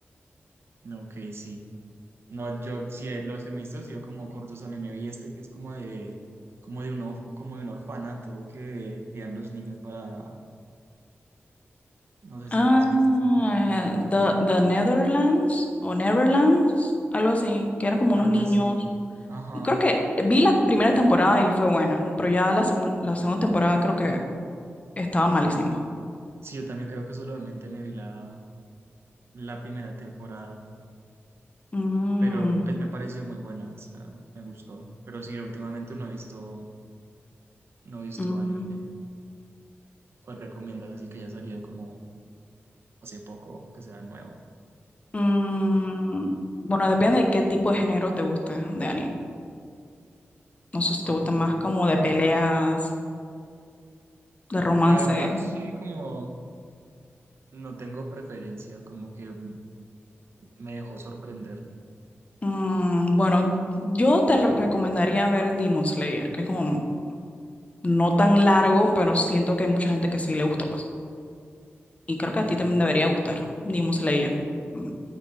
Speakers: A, on the right (about 65°); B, on the left (about 30°).
A: No, Ok, sí. No, yo, sí, eh, los que me he visto han sido como cortos. A mí me vi este que es como de, como de un, of- como de un orfanato que crían los niños para, no sé
B: Ah,
A: si lo has visto, no me acuerdo el nombre.
B: The, The Netherlands o Neverlands, algo así, que eran como
A: Algo
B: unos niños.
A: así. Ajá.
B: Creo que vi la primera temporada y fue buena, pero ya la, segun- la segunda temporada creo que estaba malísima.
A: Sí, yo también creo que solamente me vi la, la primera temporada,
B: Mm,
A: pero pues me pareció muy buena, o sea, me gustó. Pero sí, últimamente no he visto, no he visto
B: mm,
A: anime. ¿Cuál recomiendas? Así que ya ha salido como hace poco, que sea nuevo.
B: mm. Bueno, depende de qué tipo de género te guste de anime. No sé si te
A: Ok.
B: gusta más como de peleas, de romance.
A: La verdad, sí, como No tengo preferencia, como que mm, me dejó sorprender.
B: Mm, bueno, yo te lo recomendaría ver Demon Slayer, que es como no tan largo, pero siento que hay mucha gente que sí le gusta, pues. Y creo
A: Ok,
B: que a ti también debería gustar Demon Slayer. Mm,